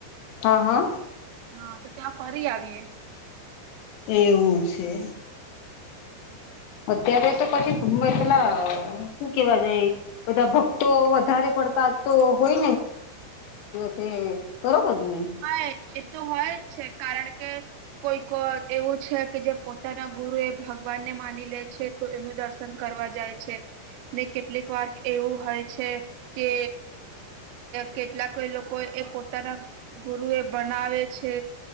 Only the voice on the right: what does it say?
હા, તો ત્યાં ફરીને આવીએ.,
હા, એ તો હોય જ છે, કારણ કે..., કોઈક એવું હોય છે કે જે પોતાના ગુરુને ભગવાન માની લે છે, તો તેઓ ગુરુનાં દર્શન કરવા માટે આવે છે., કરવા જાય છે ને? કેટલીક વાર એવું હોય છે કે., કેટલાક લોકો પોતાના ગુરુને ભગવાન માને છે.,